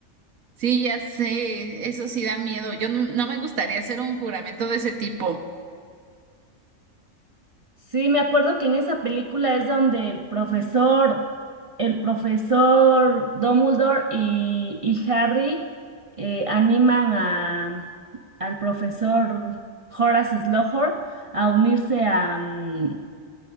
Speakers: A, on the right; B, on the right.
A: Sí, ya sé, eso sí da miedo. Yo no, no me gustaría hacer un juramento de ese tipo.
B: Sí, me acuerdo que en esa película es donde el profesor, el profesor Dumbledore y, y Harry eh, animan a, al profesor Horace Slughorn a unirse a, mm,